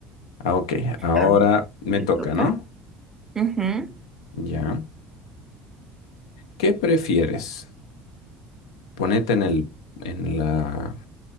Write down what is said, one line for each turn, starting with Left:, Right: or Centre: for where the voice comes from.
Left: Ah, ok, ahora
Right: A ver,
Left: me
Right: ¿te
Left: toca,
Right: toca?
Left: ¿no?
Right: Ujú.
Left: Ya. ¿Qué prefieres? Ponete en el, en la,